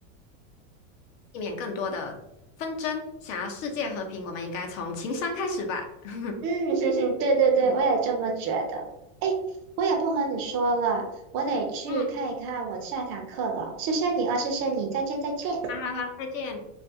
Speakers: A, on the left (about 70°); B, on the right (about 30°).
A: 避免更多的纷争，想要世界和平，我们应该从情商开始吧。<laughs>
B: 嗯，<laughs> 哼哼对对对，
A: 嗯
B: 我也这么觉得。哎，我也不和你说了，我得去看一看我下堂课了。
A: 嗯，
B: 谢谢你啊，谢谢你，再见再见。
A: 好好好，再见。